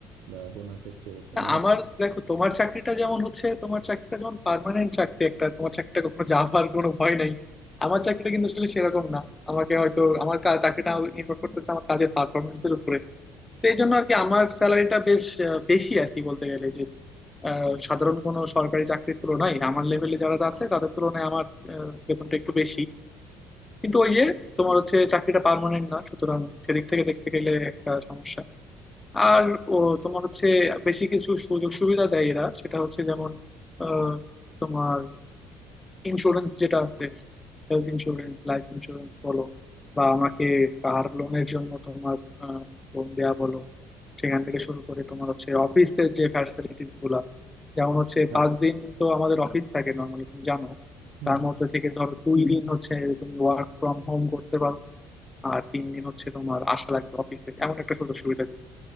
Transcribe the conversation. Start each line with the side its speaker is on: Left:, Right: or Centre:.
Right: বা বোনাসের কি অবস্থা
Left: না
Right: বোনাস
Left: আমার দেখো তোমার চাকরিটা যেমন হচ্ছে তোমার চাকরিটা যেমন পার্মানেন্ট চাকরি একটা তোমার চাকরিটা কখনো যাওয়ার কোনো ভয় নাই আমার চাকরিটা কিন্তু আসলে সেরকম না আমাকে হয়তো আমার কা- চাকরিটা নির্ভর করতেছে আমার কাজের পারফরমেন্স এর উপরে তো এই জন্য আর কি আমার স্যালারিটা বেশ আহ, বেশি আর কি বলতে গেলে যে আহ, সাধারণ কোনো সরকারি চাকরির তুলনায় আমার লেভেলে যারা আছে তাদের তুলনায় আমার আহ, বেতনটা একটু বেশি কিন্তু ওই যে তোমার হচ্ছে চাকরিটা পার্মানেন্ট না সুতরাং সেদিক থেকে দেখতে গেলে একটা সমস্যা আর ও তোমার হচ্ছে বেশি কিছু সুযোগ সুবিধা দেয় এরা সেটা হচ্ছে যেমন আহ, তোমার ইন্স্যুরেন্স যেটা আছে হেলথ ইন্স্যুরেন্স লাইফ ইন্স্যুরেন্স বলো বা আমাকে কার লোনের জন্য তোমার লোন দেয়া বলো সেখান থেকে শুরু করে তোমার হচ্ছে অফিসের যে ফ্যাসিলিটিস গুলা যেমন হচ্ছে পাঁচ
Right: আচ্ছা
Left: দিন তো আমাদের অফিস থাকে নর্মালি তুমি জানো
Right: হুম
Left: তার
Right: হুম
Left: মধ্যে থেকে ধরো দুই দিন হচ্ছে তুমি ওয়ার্ক ফ্রম হোম করতে পারো আর তিন দিন হচ্ছে তোমার আসা লাগবে অফিসে এমন একটা সুযোগ সুবিধা দিন